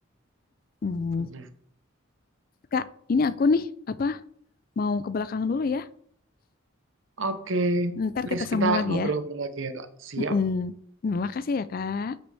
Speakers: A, on the left (about 45°); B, on the right (about 65°).
A: Hmm.
B: Benar.
A: Kak, ini aku nih, apa, mau ke belakang dulu ya.
B: Oke,
A: Ntar
B: next
A: kita sambung
B: kita
A: lagi
B: ngobrol-ngobrol
A: ya.
B: lagi ya, Kak. Siap.
A: Mm-mm. Terima kasih ya, Kak.